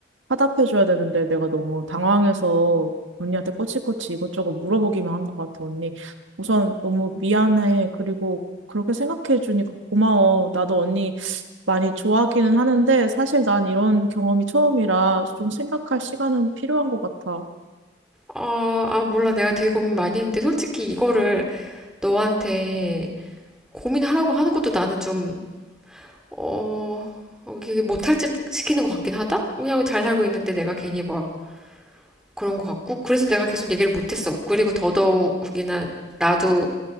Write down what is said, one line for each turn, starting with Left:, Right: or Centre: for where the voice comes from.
Right: 화답해줘야 되는데, 내가 너무 당황해서 언니한테 꼬치꼬치 이것저것 물어보기만 한 것 같아, 언니. 우선 너무 미안해. 그리고 그렇게 생각해주니까 고마워. 나도 언니 많이 좋아하기는 하는데, 사실 난 이런 경험이 처음이라 좀 생각할 시간은 필요한 것 같아.
Centre: 아, 아, 몰라. 내가 되게 고민 많이 했는데 솔직히 이거를 너한테 고민하라고 하는 것도 나는 좀 어, 어, 이게 못할 짓 시키는 것 같긴 하다? 그냥 잘 살고 있는데 내가 괜히 막 그런 것 같고, 그래서 내가 계속 얘기를 못했어. 그리고 더더욱이나 나도,